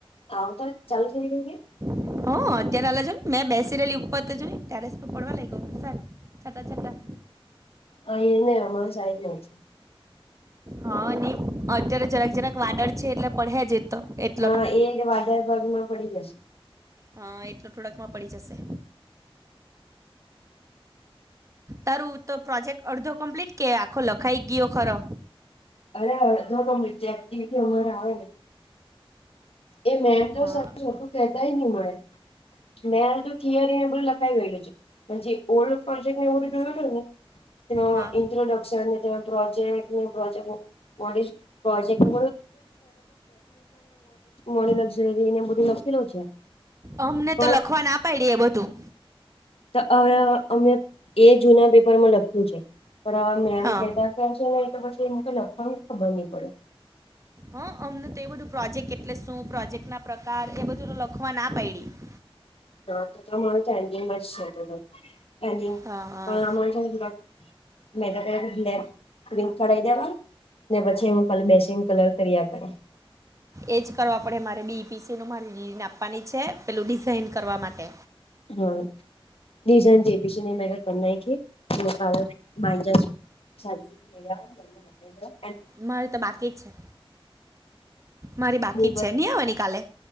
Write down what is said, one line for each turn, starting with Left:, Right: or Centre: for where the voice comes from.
Left: આવફા વેંત ચાલુ <unintelligible> થઈ ગઈ?
Right: હ અત્યારે અલા જો ની મેં બેસી રહેેલી ઉપર તો જો ની ટેરેસ પર પડવા લાઈગો વરસાદ. છાંટા છાંટા
Left: અહીં નહી અમારા સાઈડમાં જ
Right: હા ને અત્યારે જરાક જરાક વાદળ છે એટલે પડહે જ એ તો એટલો
Left: હા
Right: તો
Left: એ જ વાદળ ઘરમાં પડી જશે.
Right: હા એટલો થોડાકમાં પડી જશે. તારું તો પ્રોજેક્ટ અડધો કમ્પ્લીટ કે આખો લખાઈ ગયો ખરો?
Left: અરે હજુ તો <unintelligible> એક્ટિવિટી અમારે આવે નહીં. એ મેમ તો
Right: હા
Left: સારું છુટું કહેતાય ની મળે મેં તો થિયરીને બધું લખાવી ગયેલું છે પણ જે ઓલ્ડ પ્રોજેક્ટ ને એવુ જોયુ હતું ને
Right: હા
Left: ઇટ્રોડકશન ને પ્રો <unintelligible> મોડીલક્ઝરી ને બધું લખેલુ છે.
Right: અમને
Left: પણ
Right: તો લખવા ના પાયડી એ બધું
Left: ત હવે અમે એ જુના પેપરમાં લખ્યું છે. પણ આવા મેમ
Right: હા
Left: કહેતા હતા છે ને એટલે પછી એમ લખવાની ખબર ની પડે
Right: હા અમને તે બધું પ્રોજેક્ટ એટલે શું? પ્રોજેક્ટ ના પ્રકાર એ બધું લખવાની ના પાયડી
Left: હા તો તમારો ચૅગિંગમા જ છે ચૅગિંગ
Right: હા
Left: પણ અમને સેને જરાક <unintelligible> પ્રિન્ટ કઢાવી દેવાય ને પછી હું ખાલી બેસી ને કલર કરી કરું
Right: એજ કરવા પડે મારે બી પી સી નું મારે <unintelligible> આપવાની છે પેલું ડિઝાઇન કરવા માટે
Left: હા ડિઝાઇન જે બી સી કરી નાઇખે <unintelligible> <inaudible>
Right: મારે તો બાકી જ છે મારી બાકી
Left: બટ
Right: જ છે ની આવાની કાલે